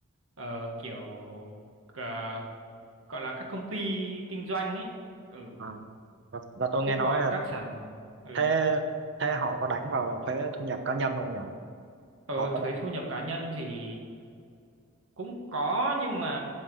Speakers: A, on the right (about 75°); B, on the right (about 55°).
A: ờ, kiểu ờ, gọi là các công ty kinh doanh ấy ừ
B: ờ. và, và tôi
A: chứ
B: nghe nói
A: còn
B: là
A: các sản ừ
B: thế thế họ có đánh vào thuế thu nhập cá nhân không nhỉ
A: Ờ,
B: họ có
A: thuế
B: đánh
A: thu nhập cá nhân thì cũng có nhưng mà